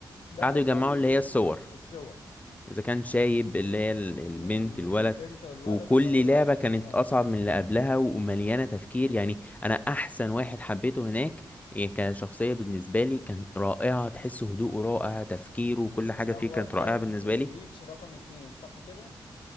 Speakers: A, on the left; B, on the left.
A: بقى
B: قعدوا
A: ابتدوا
B: يجمعوا اللي
A: ايه
B: هي الصور
A: الصور
B: اذا كان شايب اللي هي ال-
A: ال-
B: البنت الولد
A: البنت والولد
B: وكل
A: والراجل العجوز
B: لعبة كانت
A: اه
B: أصعب من اللي قبلها ومليانة تفكير يعني أنا أحسن واحد حبيته هناك إيه كشخصية بالنسبة لي كان رائعة تحس هدوءه رائع تفكيره وكل حاجة
A: اللي
B: فيه
A: هو
B: كانت
A: كان
B: رائعة بالنسبة
A: في البيتش
B: لي
A: رقم اتنين صح كده